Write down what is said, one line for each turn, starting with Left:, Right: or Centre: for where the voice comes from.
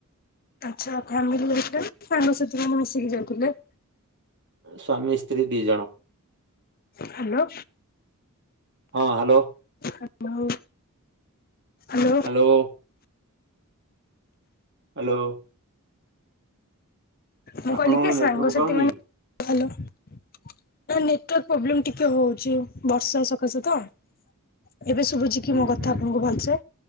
Left: ଆଛା ଆଉ କ ଫ୍ୟାମିଲି ଘରେ ଥିଲେ ନା ଫ୍ୟାମିଲ ସହିତ ଆପ ମିଶିକି ଯାଉଥିଲେ।
Right: ସ୍ଵାମୀ, ସ୍ତ୍ରୀ ଦିଜଣ
Left: ହାଲୋ।
Right: ହଁ ହାଲୋ।
Left: ହାଲୋ ହୋଉ ହାଲୋ
Right: ହାଲୋ? ହାଲୋ?
Left: ମୁଁ
Right: ଆପଣଙ୍କ
Left: କହିଲି କି ସାଙ୍ଗସାଥି
Right: ନେଟୱାର୍କ ପାଉନି?
Left: ମାନେ ଭଲ। ନାଇଁ ନେଟୱାର୍କ ପ୍ରୋବ୍ଲେମ ଟିକେ ହୋଉଚି ବର୍ଷା ସକାଶେ ତ। ଏବେ ଶୁଭୁଚି
Right: ହୁଁ
Left: କି ମୋ କଥା
Right: ହୁଁ
Left: ଆପଣଙ୍କୁ ଭଲସେ?